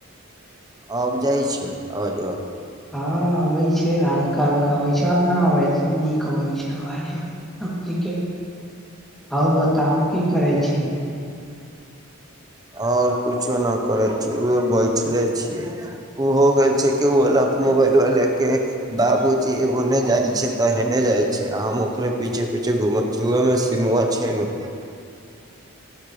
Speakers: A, on the right (about 15°); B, in the centre.
A: अब जाइ छै अवजवा?
B: हा अबै छै हल्का हल्का अबैत छै आब ना अबैत छै नीक अबैत छै आवाज अब। आपीके आओर बताउ की करै छी अपने?
A: आओर कुछो न करे छी ओ बैठले छी ओ हो गेल छै केवल मोबाइलवा ले के बाबूजी ओने जाय छै त हेने जाय छै हम ओकरे पीछे पीछे घुमै छी ओहेमे सिमवा छै नु
B: <inaudible>